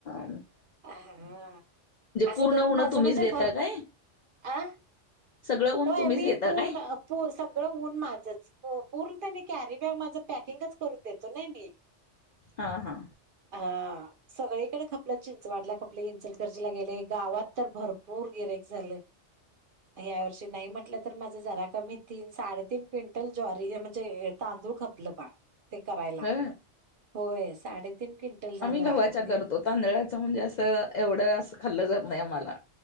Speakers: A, on the left; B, on the right.
A: म्हणजे
B: आ हा असं
A: पूर्ण
B: करून
A: ऊन
B: माझं
A: तुम्हीच
B: म्हणजे
A: देता
B: भरपू
A: काय
B: <inaudible> आ
A: सगळं ऊन
B: होय
A: तुम्हीच
B: मी
A: देता
B: पूर्ण
A: काय
B: पूर सगळं ऊन माझच हो. पूर्ण त्यांनी कॅरी बॅग माझ पॅकिंग करूनच देतो नाही मी. <inaudible>
A: हा, हा.
B: हा सगळीकडे खप आपलं चिंचवाडला खपले इंचलकरंजीला गेले गावात तर भरपूर गिराईक झाल. या वर्षी नाही म्हटलं तर माझा जरा कमी तीन, साडेतीन क्विंटल ज्वारी म्हणजे अ तांदूळ. तांदूळ खपलं बाळ ते करायला.
A: ह
B: <inaudible> होय साडेतीन क्विंटल झालं
A: आम्ही गव्हाच्या
B: आणि
A: करतो तांदळाचं म्हणजे असं एवढं असं खाल्लं जात नाही आम्हाला.